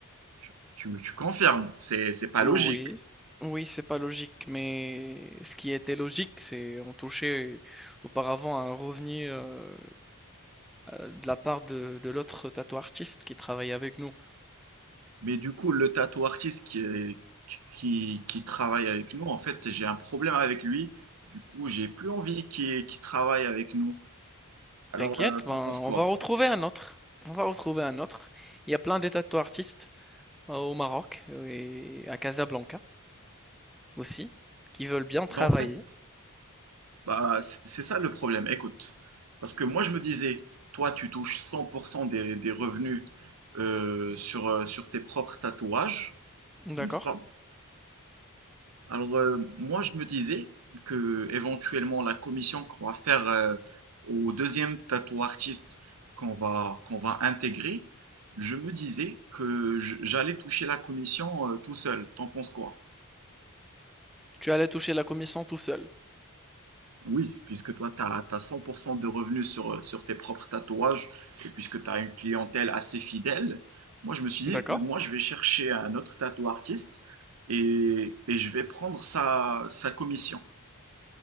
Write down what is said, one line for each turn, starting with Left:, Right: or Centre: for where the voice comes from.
Right: Tu, tu, me- tu confirmes, c'est, c'est pas
Centre: oui,
Right: logique.
Centre: oui, c'est pas logique, mais ce qui était logique, c'est on touchait auparavant un revenu, heu heu, de la part de de l'autre tatou artiste qui travaillait avec nous.
Right: Mais du coup, le tattoo artiste qui est- qui, qui travaille avec nous, en fait, j'ai un problème avec lui. Du coup, j'ai plus envie qu'il qu'il travaille avec nous. Alors,
Centre: T'inquiète,
Right: euh, t'en
Centre: ben, on
Right: penses quoi?
Centre: va retrouver un autre, on va retrouver un autre. Il y a plein des tatou artistes euh, au Maroc et à Casablanca aussi, qui veulent bien travailler.
Right: Bah, en fait, bah, c'est c'est ça le problème. Écoute, parce que moi, je me disais, toi, tu touches 100% des, des revenus euh, sur, euh, sur tes propres tatouages,
Centre: D'accord.
Right: n'est-ce pas? Alors, euh, moi, je me disais que éventuellement la commission qu'on va faire euh, au deuxième tatou artiste qu'on va, qu'on va intégrer, je me disais que je- j'allais toucher la commission euh, tout seul. T'en penses quoi?
Centre: Tu allais toucher la commission tout seul.
Right: Oui, puisque toi, tu as, 100% de revenus sur, sur tes propres tatouages et puisque tu as une clientèle assez fidèle, moi, je me suis dit,
Centre: D'accord.
Right: moi, je vais chercher un autre tatou artiste et, et je vais prendre sa, sa commission.